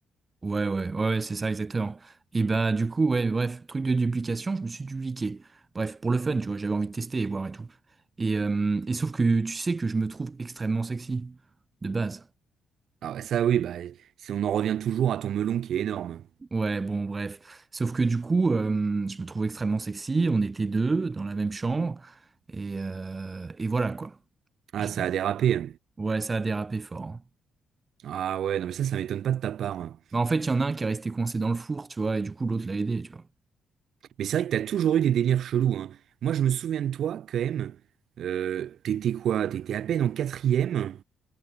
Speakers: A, on the right; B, on the right.
A: Ouais, ouais, ouais, ouais, c'est ça, exactement. Et bah du coup, ouais, bref, truc de duplication, je me suis dupliqué. Bref, pour le fun, tu vois, j'avais envie de tester et voir et tout. Et, euh, et sauf que tu sais que je me trouve extrêmement sexy, de base.
B: Ah bah ça oui, bah si on en revient toujours à ton melon qui est énorme.
A: Ouais, bon, bref. Sauf que du coup, euh, je me trouvais extrêmement sexy. On était deux dans la même chambre. Et, euh, et voilà, quoi.
B: Ah,
A: J'ai-
B: ça a dérapé.
A: Ouais, ça a dérapé fort. hein.
B: Ah ouais, non mais ça, ça m'étonne pas de ta part. hein.
A: Mais en fait, il y en a un qui est resté coincé dans le four, tu vois, et du coup, l'autre l'a aidé, tu vois.
B: Mais c'est vrai que t'as toujours eu des délires chelous, hein. Moi je me souviens de toi quand même. Euh, t'étais quoi? T'étais à peine en quatrième